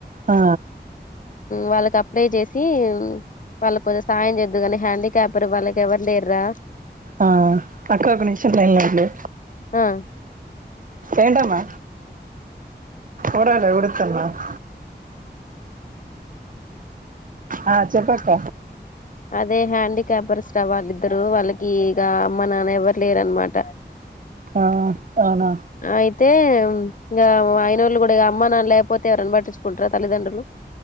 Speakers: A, on the right; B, on the left.
A: ఆ
B: వాళ్ళకి అప్లై చేసి వాళ్ళకి కొంచం సాయం చేద్దు కాని హ్యాండిక్యాప్ర్ వాళ్ళకి ఎవరు లేర్రా,
A: ఆ అక్క ఒక నిమీషం లైన్ లో ఉండు,
B: ఆ
A: ఏంటమా ఉడావాలే ఉడుతున్న అగు, ఆ చెప్పు అక్క
B: అదే హ్యాండిక్యాపర్స్ రా వాళ్ళిద్దరు వాళ్ళకి ఇక అమ్మ నాన్న ఎవరు లేరనమాట,
A: ఆ అవునా
B: అయితే ఇంకా అయిన వాళ్ళు కూడా ఇ అమ్మ నాన్న లేకపోతే ఎవరైనా పట్టించుకుంటారా తల్లిదండ్రులు,